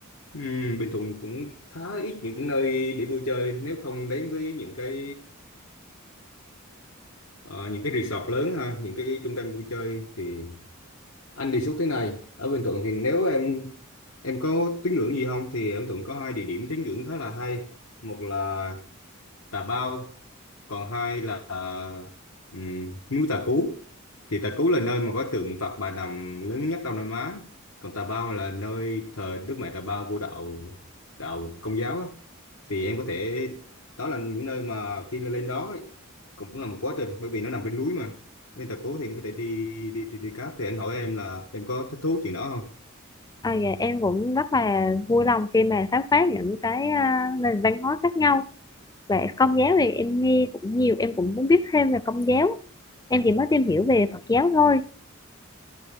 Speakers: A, on the left; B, on the left.
A: Ừ, Bình Thuận cũng khá ít những nơi để vui chơi nếu không đến với những cái ờ, những cái resort lớn ha những cái trung tâm vui chơi thì anh đề xuất thế này ở Bình Thuận thì nếu em em có tín ngưỡng gì không thì ở Bình Thuận có hai địa điểm tín ngưỡng khá là hay một là tà bao còn hai là um, núi Tà Cú thì Tà Cú là nơi mà có tượng Phật Bà Nằm lớn nhất Đông Nam Á còn Tà Bao là nơi thờ Đức Mẹ Tà Bao của đạo đạo Công giáo á thì em có thể đó là những nơi mà khi lên đó ấy, cũng là một quá trình bởi vì nó nằm trên núi mà Nên Tà Cú thì em có thể đi đi đi, đi cáp thì anh hỏi em là em có thích thú chuyện đó không
B: à, dạ, em cũng rất là vui lòng khi mà khám phá những cái à, nền văn hóa khác nhau về công giáo thì em nghe cũng nhiều em cũng muốn biết thêm về công giáo em chỉ mới tìm hiểu về Phật giáo thôi